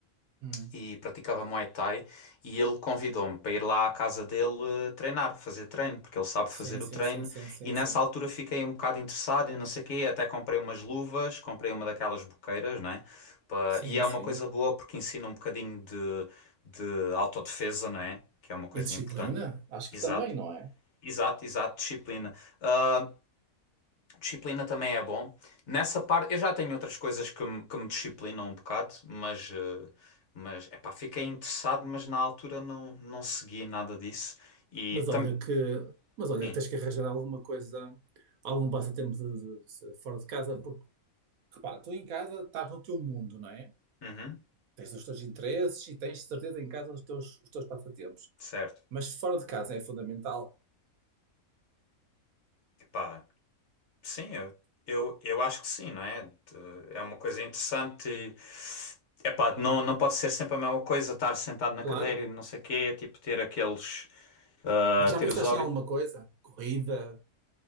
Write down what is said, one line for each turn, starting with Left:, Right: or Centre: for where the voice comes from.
Right: Hum.
Left: e praticava Muay Thai e ele convidou-me para ir lá à casa dele eh, treinar, fazer treino, porque ele sabe
Right: Sim,
Left: fazer o
Right: sim,
Left: treino
Right: sim, sim, sim,
Left: e nessa
Right: sim.
Left: altura fiquei um bocado interessado e não sei o quê, até comprei umas luvas, comprei uma daquelas boqueiras, não é? Pa-
Right: Sim,
Left: E é uma
Right: sim.
Left: coisa boa porque ensina um bocadinho de, de autodefesa, não é? Que é uma coisa
Right: E disciplina?
Left: importante.
Right: Acho
Left: Exato,
Right: que também, não é?
Left: exato, exato, disciplina. Ah, Disciplina também é bom. Nessa parte, eu já tenho outras coisas que me, que me disciplinam um bocado, mas, eh, mas epá, fiquei interessado, mas na altura não, não segui nada disso. E
Right: Mas olha
Left: também.
Right: que, mas olha
Left: Sim,
Right: que tens que arranjar alguma coisa, algum passatempo de, de- se- fora de casa, porque repara, tu em casa estás no teu mundo, não é?
Left: uhum,
Right: Tens os teus interesses e tens de certeza em casa os teus, os teus passatempos.
Left: certo.
Right: Mas fora de casa é fundamental,
Left: Epá, sim, eu, eu, eu acho que sim, não é? De- É uma coisa interessante. e, Epá, não, não pode ser sempre a mesma coisa, estar sentado na
Right: claro.
Left: cadeira e não sei o quê, tipo ter aqueles. ah,
Right: Mas já
Left: ter
Right: pensaste
Left: os hobbies.
Right: em alguma coisa? Corrida,